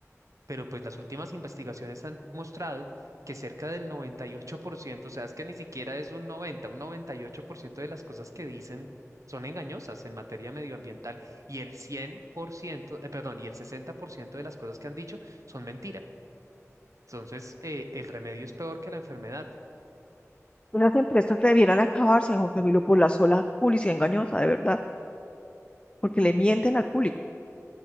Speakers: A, on the right (about 75°); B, on the left (about 20°).
A: pero pues las últimas investigaciones han mostrado que cerca del 98%, o sea, es que ni siquiera es un noventa, un 98% de las cosas que dicen son engañosas en materia medioambiental y el 100%, eh, perdón, y el 60% de las cosas que han dicho son mentira. Entonces, eh, el remedio es peor que la enfermedad.
B: Esas empresas debieran acabarse, Juan Camilo, por la sola publicidad engañosa, de verdad. porque le mienten al público.